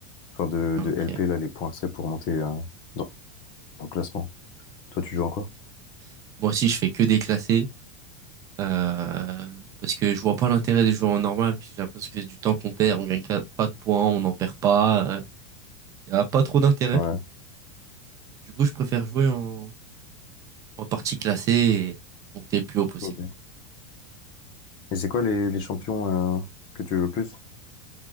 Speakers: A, on the left (about 30°); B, on the right (about 20°).
A: enfin de,
B: Ah,
A: de
B: Ok,
A: LP là, les points, de sais, pour monter euh, dans le classement. Toi,
B: ouais,
A: tu
B: je
A: joues
B: comprends.
A: en quoi?
B: Moi aussi, je fais que des classés. euh, parce que je vois pas l'intérêt de jouer en normal, puisque j'ai l'impression que c'est du temps qu'on perd, on gagne pas pas de points, on n'en perd pas, il y a pas trop d'intérêt.
A: Ouais.
B: Du coup, je préfère jouer en en partie classé et monter le plus haut possible.
A: Ok. Et c'est quoi les, les champions euh, que tu joues le plus?